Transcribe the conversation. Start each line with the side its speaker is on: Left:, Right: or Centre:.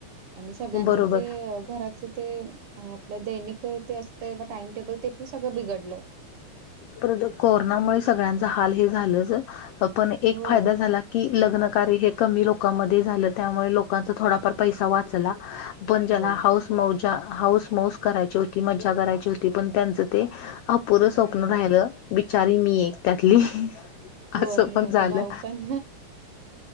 Right: आणि सगळ्यांचं
Left: बरोबर
Right: जे घराच ते आपलं दैनिक ते असतं टाइम टेबल ते पण सगळं बिघडलं.
Left: परत कोरोनामुळे सगळ्यांचा हाल हे झालंच पण एक
Right: हो.
Left: फायदा झाला कि लग्न कार्य हे कमी लोकांमध्ये झालं त्यामुळे लोकांचा थोडाफार पैसा वाचला. पण ज्याला
Right: हो.
Left: हौस मौज, हौस मौज करायची होती मज्जा करायची होती पण त्यांच ते अपूर्व स्वप्न
Right: हो,
Left: राहिलं. बिचारी मी एक त्यातली!
Right: हो
Left: असं
Right: आणि
Left: पण
Right: माझ
Left: झालं
Right: भाऊ पण!